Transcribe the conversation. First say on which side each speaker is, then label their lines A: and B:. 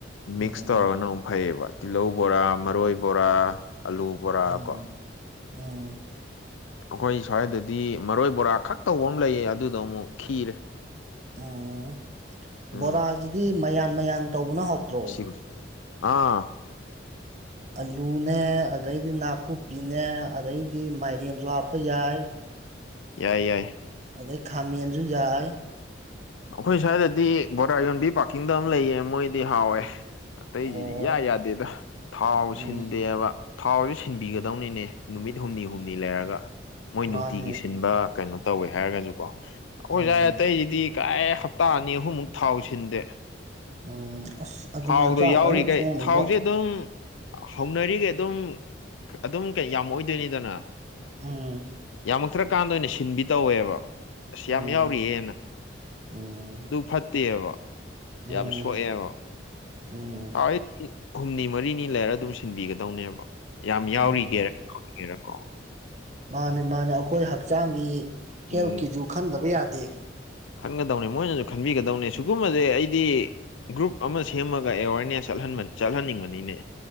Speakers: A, on the left; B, on the right.
A: ꯃꯤꯛꯁ
B: ꯎꯝ
A: ꯇꯧꯔꯒꯅ ꯑꯃꯨꯛ ꯐꯩꯌꯦꯕ ꯇꯤꯜꯍꯧ ꯕꯣꯔꯥ ꯃꯔꯣꯏ ꯕꯣꯔꯥ ꯑꯂꯨ ꯕꯣꯔꯥ
B: ꯎꯝ
A: ꯀꯣ
B: ꯎꯝ
A: ꯑꯩꯈꯣꯏ ꯁ꯭ꯋꯥꯏꯗꯗꯤ ꯃꯔꯣꯏ ꯕꯣꯔꯥ ꯈꯛ ꯇꯧꯕ ꯑꯃ ꯂꯩꯌꯦ ꯑꯗꯨꯗꯣ ꯑꯃꯨꯛ ꯈꯤꯔꯦ
B: ꯎꯝ
A: ꯎꯝ
B: ꯕꯣꯔꯥꯁꯤꯗꯤ ꯃꯌꯥꯟ ꯃꯌꯥꯟ ꯇꯧꯕꯅ ꯍꯥꯎꯇ꯭ꯔꯣ
A: ꯁꯤꯒ ꯑꯥ
B: ꯑꯂꯨꯅꯦ ꯑꯗꯩꯗꯤ ꯅꯥꯀꯨꯞꯄꯤꯅꯦ ꯑꯗꯩꯗꯤ ꯃꯥꯏꯔꯦꯟꯁꯨ ꯍꯥꯞꯄ ꯌꯥꯏ
A: ꯌꯥꯏ ꯌꯥꯏ
B: ꯑꯗꯩ ꯈꯥꯃꯦꯟꯁꯨ ꯌꯥꯏ
A: ꯑꯩꯈꯣꯏ ꯁ꯭ꯋꯥꯏꯗꯗꯤ ꯕꯣꯔꯥ ꯌꯣꯟꯕꯤ ꯄꯥꯔꯀꯤꯡꯗ ꯑꯃ ꯂꯩꯌꯦ ꯃꯣꯏꯗꯤ ꯍꯥꯎꯋꯦ ꯑꯇꯩꯁꯤꯗꯤ
B: ꯑꯣ
A: ꯏꯌꯥ ꯌꯥꯗꯦꯗ ꯊꯥꯎ
B: ꯎꯝ
A: ꯁꯤꯟꯗꯦꯕ ꯊꯥꯎꯁꯤ ꯁꯤꯟꯕꯤꯒꯗꯧꯅꯤꯅꯦ ꯅꯨꯃꯤꯠ ꯍꯨꯝꯅꯤ ꯍꯨꯝꯅꯤ ꯂꯩꯔꯒ ꯃꯣꯏ
B: ꯃꯥꯅꯦ
A: ꯅꯨꯡꯇꯤꯒꯤ ꯁꯤꯟꯕ ꯀꯩꯅꯣ ꯇꯧꯋꯦ ꯍꯥꯏꯔꯒꯁꯨ ꯀꯣ ꯑꯩꯈꯣꯏꯁꯥꯏ
B: ꯎꯝ
A: ꯑꯇꯩꯖꯤꯗꯤ ꯀꯥꯏ ꯍꯞꯇꯥ ꯑꯅꯤ ꯑꯍꯨꯝꯃꯨꯛ ꯊꯥꯎ ꯁꯤꯟꯗꯦ
B: ꯎꯝ ꯑꯁ ꯑꯗꯨꯗꯤ
A: ꯊꯥꯎꯗꯣ
B: ꯍꯛꯆꯥꯡ
A: ꯌꯥꯎꯔꯤꯒꯩ
B: ꯐꯖꯅ ꯁꯣꯛꯅꯤꯕꯣ
A: ꯊꯥꯎꯁꯦ ꯑꯗꯨꯝ ꯍꯧꯅꯔꯤꯒꯩ ꯑꯗꯨꯝ ꯑꯗꯨꯝ ꯌꯥꯝꯃꯛꯑꯣꯏꯗꯣꯏꯅꯤꯗꯅ
B: ꯎꯝ
A: ꯌꯥꯝꯃꯛꯇ꯭ꯔꯀꯥꯟꯗ ꯑꯣꯏꯅ ꯁꯤꯟꯕꯤ ꯇꯧꯋꯦꯕ ꯑꯁ
B: ꯎꯝ
A: ꯌꯥꯝ ꯌꯥꯎꯔꯤꯑꯦꯅ
B: ꯎꯝ
A: ꯑꯗꯨ ꯐꯠꯇꯦꯕ
B: ꯎꯝ
A: ꯌꯥꯝ ꯁꯣꯛꯑꯦꯕ
B: ꯎꯝ
A: <unintelligible> ꯍꯨꯝꯅꯤ ꯃꯔꯤꯅꯤ ꯂꯩꯔ ꯑꯗꯨꯝ ꯁꯤꯟꯕꯤꯒꯗꯧꯅꯦꯕ ꯌꯥꯝ ꯌꯥꯎꯔꯤꯒꯦꯔ
B: ꯎꯝ
A: <unintelligible> ꯀꯣ
B: ꯃꯥꯅꯦ ꯃꯥꯅꯦ ꯑꯩꯈꯣꯏ ꯍꯛꯆꯥꯡꯒꯤ
A: ꯎꯝ
B: ꯍꯦꯜꯇꯀꯤꯁꯨ ꯈꯟꯗꯕ ꯌꯥꯗꯦ
A: ꯈꯟꯒꯗꯧꯅꯦ ꯃꯣꯏꯅꯁꯨ ꯈꯟꯕꯤꯒꯗꯧꯅꯦ ꯁꯤꯒꯨꯝꯕꯁꯦ ꯑꯩꯗꯤ ꯒ꯭ꯔꯨꯞ ꯑꯃ ꯁꯦꯝꯃꯒ ꯑꯦꯋꯥꯔꯅꯦꯁꯟ ꯆꯠꯍꯟ ꯆꯠꯍꯟꯅꯤꯡꯕꯅꯤꯅꯦ